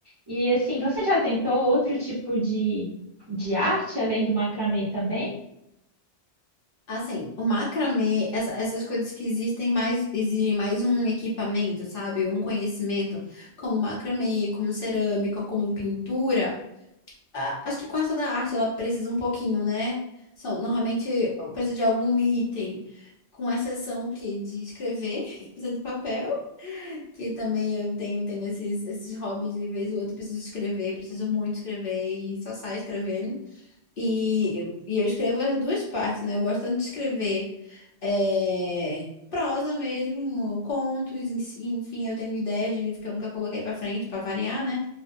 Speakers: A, on the right (about 30°); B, on the left (about 55°).
A: E assim, você já tentou outro tipo de, de arte além do macramê também?
B: Assim, o macramê, essa- essas coisas que existem mais, exigem mais um equipamento, sabe? Um conhecimento, como macramê, como cerâmica, como pintura. a- Acho que quase toda arte ela precisa um pouquinho, né? São, normalmente precisa de algum item, com exceção que de escrever, <laughs> que precisa de papel, que também eu tenho, tenho esses, esses hobbies de vez ou outra, preciso escrever, preciso muito escrever e só saio escrevendo. E, eu- e eu escrevo as duas partes, né? Eu gosto tanto de escrever é, prosa mesmo, contos, ens- enfim, eu tenho ideias de livro que eu nunca coloquei pra frente, pra variar, né?